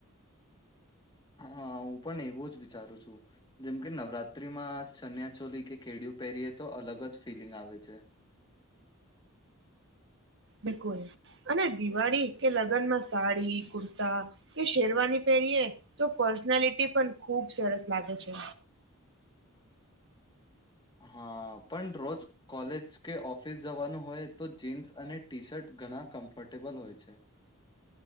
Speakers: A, on the left; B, on the right.
A: હા હું પણ એવો જ વિચારું છું. જેમકે નવરાત્રીમાં ચનિયા ચોલી કે કેળિયુ પહેરીએ તો અલગ જ ફીલિંગ આવે છે.
B: બિલકુલ અને દિવાળી કે લગ્નમાં સાડી કુર્તા કે શેરવાની પહેરીએ. તો પર્સનાલિટી પણ ખુબ સરસ લાગે છે.
A: <unintelligible> હા પણ રોજ કોલેજ કે ઓફિસ જવાનું હોય તો જીન્સ અને ટી શર્ટ ઘણા કમ્ફર્ટેબલ હોય છે.